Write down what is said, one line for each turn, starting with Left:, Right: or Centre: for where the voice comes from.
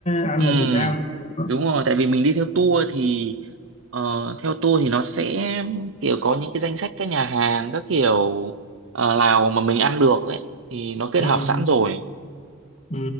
Left: ăn
Right: ừ
Left: ở Việt Nam đúng không?
Right: đúng rồi tại vì mình đi theo tour thì ờ, theo tour thì nó sẽ kiểu có những cái danh sách các nhà hàng các kiểu ờ, nào mà mình ăn được ấy thì nó kết
Left: Ừ.
Right: hợp sẵn rồi
Left: Ừ.